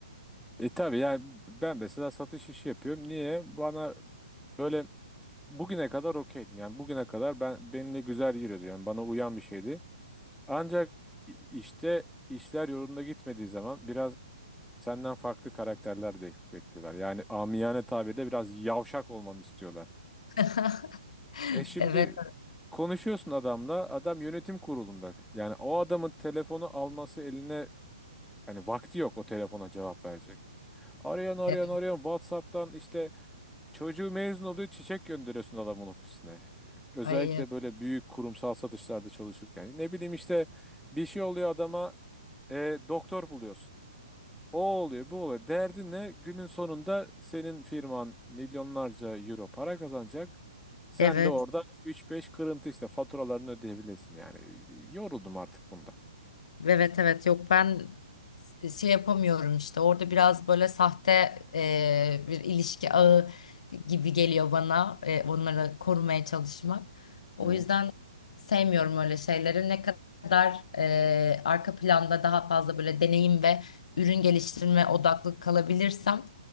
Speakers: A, in the centre; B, on the left (about 65°).
A: E tabii yani ben mesela satış işi yapıyorum. Niye? Bana böyle bugüne kadar okeydim. Yani bugüne kadar ben benimle güzel yürüyordu. Yani bana uyan bir şeydi. Ancak i- işte işler yolunda gitmediği zaman biraz senden farklı karakterler bek- bekliyorlar. Yani amiyane tabirle biraz yavşak olmanı istiyorlar.
B: <laughs> <laughs>
A: E şimdi
B: Evet,
A: konuşuyorsun adamla. Adam yönetim kurulunda. Yani o adamın telefonu alması eline hani vakti yok o telefona cevap verecek. Arıyorsun arıyorsun
B: evet.
A: arıyorsun WhatsApp'tan işte Çocuğu mezun oluyor, çiçek gönderiyorsun adamın ofisine. Özellikle
B: Ay,
A: böyle büyük kurumsal satışlarda çalışırken. Ne bileyim işte bir şey oluyor adama e, doktor buluyorsun. O oluyor, bu oluyor. Derdin ne? Günün sonunda senin firman milyonlarca euro para kazanacak. Sen
B: evet.
A: de orada üç beş kırıntı işte faturalarını ödeyebilirsin yani. Yoruldum artık bundan.
B: Evet evet yok ben şey yapamıyorum işte orada biraz böyle sahte e, bir ilişki ağı gibi geliyor bana e, onları korumaya çalışmak. O
A: Hı.
B: yüzden sevmiyorum öyle şeyleri. Ne kadar e, arka planda daha fazla böyle deneyim ve ürün geliştirme odaklı kalabilirsem